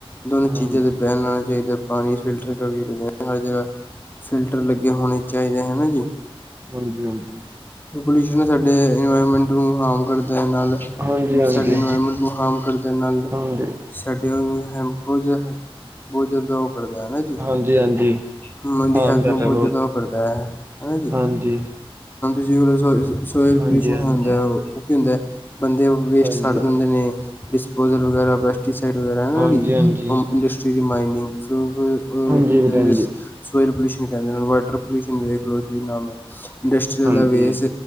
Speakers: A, on the left; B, on the right.
A: ਦੋਨੋ
B: ਹਾਂਜੀ, ਹਾਂਜੀ,
A: ਚੀਜ਼ਾਂ ਬੈਣ ਲਾਣਾ ਚਾਹੀਦਾ ਪਾਣੀ ਫਿਲਟਰ ਕਰਕੇ ਪੀਨੇ ਆ ਹਰ ਜਗ੍ਹਾ ਫਿਲਟਰ ਲੱਗੇ ਹੋਣੇ ਚਾਹੀਦੇ ਹੈਨਾ ਜੀ
B: ਹਾਂਜੀ-ਹਾਂਜੀ
A: ਪੋਲਿਊਸ਼ਨ ਸਾਡੇ ਇਨਵਾਇਰਮੈਂਟ ਨੂੰ ਹਾਰਮ ਕਰਦਾ ਨਾਲ
B: ਹਾਂਜੀ, ਹਾਂਜੀ,
A: ਸਾਡੇ ਇਨਵਾਇਰਮੈਂਟ ਨੂੰ ਹਾਰਮ ਕਰਦਾ ਨਾਲ
B: ਹਾਂਜੀ,
A: ਸਾਡੇ ਉਹ ਹੈ ਬੋਜੇ ਬੋਜੇ ਦਾਉ ਕਰਦਾ ਹੈਨਾ ਜੀ
B: ਹਾਂਜੀ, ਹਾਂਜੀ
A: ਦੀ ਸਦੀਂ
B: ਹਾਰਮ
A: ਹੈਲਥ
B: ਕਰ
A: ਨੂੰ
B: ਰਿਹਾ
A: ਬਹੁਤ ਜਿਆਦਾ ਉਹ ਕਰਦਾ ਹੈ ਹੈਨਾ ਜੀ
B: ਹਾਂਜੀ,
A: ਜੀ ਰ ਸੋ ਸੋਇਲ ਪੋਲਿਊਸ਼ਨ
B: ਹਾਂਜੀ, ਹਾਂਜੀ,
A: ਹੁੰਦਾ ਉਹ ਕੀ ਹੁੰਦਾ ਬੰਦੇ ਵੇਸਟ
B: ਹਾਂਜੀ,
A: ਸੱਡ
B: ਹਾਂਜੀ,
A: ਦਿੰਦੇ ਨੇ ਡਿਸਪੋਜਲ ਵਗੈਰਾ ਪੈਸਟੀਸਾਈਡ ਵਗੈਰਾ
B: ਹਾਂਜੀ,
A: ਨੀਮ
B: ਹਾਂਜੀ,
A: ਇੰਡਸਟਰੀ ਦੀ ਮਾਈਨਿੰਗ ਹਮ ਅ
B: ਹਾਂਜੀ
A: ਇਸ
B: ਵੀਰੇ
A: ਕੈਹਦੇਂ
B: ਹਾਂਜੀ,
A: ਸੋਇਲ ਪੋਲਊਸ਼ਨ ਕਹਿੰਦੇ ਪੋਲਿਊਸ਼ਨ ਵੇਖ ਲਓ ਕੀ ਨਾਂਮ ਇ
B: ਹਾਂਜੀ,
A: ਦਾ ਵੇਸਟ